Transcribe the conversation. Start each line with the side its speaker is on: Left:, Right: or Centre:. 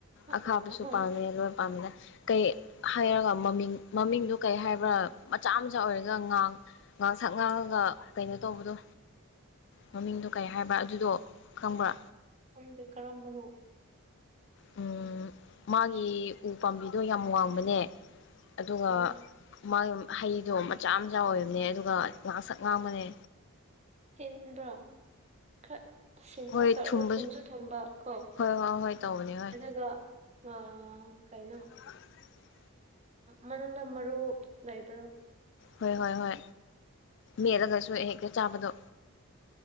Right: ꯑꯥ,
Left: ꯑꯈꯥꯕꯁꯨ ꯄꯥꯝꯃꯦ ꯂꯣꯏ ꯄꯥꯝꯅ ꯀꯩ ꯍꯥꯏꯔꯒ ꯃꯃꯤꯡ ꯃꯃꯤꯡꯗꯨ ꯀꯩ ꯍꯥꯏꯕ꯭ꯔꯥ ꯃꯆꯥ ꯃꯆꯥ ꯑꯣꯏꯔꯒ ꯉꯥꯡ ꯉꯥꯛ ꯁꯛ ꯉꯥꯡꯉꯒ ꯀꯩꯅꯣ ꯇꯧꯕꯗꯣ ꯃꯃꯤꯡꯗꯣ ꯀꯩ ꯍꯥꯏꯕ꯭ꯔ ꯑꯗꯨꯗꯣ ꯈꯪꯕ꯭ꯔꯥ
Right: ꯈꯪꯗꯦ ꯀꯔꯝꯕꯅꯣ
Left: ꯎꯃ ꯃꯥꯒꯤ ꯎ ꯄꯥꯝꯕꯤꯗꯣ ꯌꯥꯝ ꯋꯥꯡꯕꯅꯦ ꯑꯗꯨꯒ
Right: ꯎꯝ,
Left: ꯃꯥꯒꯤ ꯍꯩꯗꯣ ꯃꯆꯥ ꯃꯆꯥ ꯑꯣꯏꯕꯅꯦ ꯑꯗꯨꯒ ꯉꯥꯛ ꯁꯛ ꯉꯥꯡꯕꯅꯦ
Right: ꯍꯤꯟꯕ꯭ꯔꯥ ꯈꯔ ꯁꯤꯟꯇꯛ
Left: ꯍꯣꯏ
Right: ꯇꯧꯔꯒ
Left: ꯊꯨꯝꯕꯁꯨ
Right: ꯊꯨꯝꯁꯨ ꯊꯨꯝꯕ ꯀꯣ
Left: ꯍꯣꯏ ꯍꯣꯏ ꯍꯣꯏ ꯇꯧꯕꯅꯦ ꯍꯣꯏ
Right: ꯑꯗꯨꯒ ꯑꯥ ꯀꯩꯅꯣ
Left: <inaudible>
Right: ꯃꯅꯨꯡꯗ ꯃꯔꯨ ꯂꯩꯕꯗꯣ
Left: ꯍꯣꯏ ꯍꯣꯏ ꯍꯣꯏ
Right: ꯎꯝ
Left: ꯃꯦꯠꯂꯒꯁꯨ ꯍꯦꯛꯇ ꯆꯥꯕꯗꯣ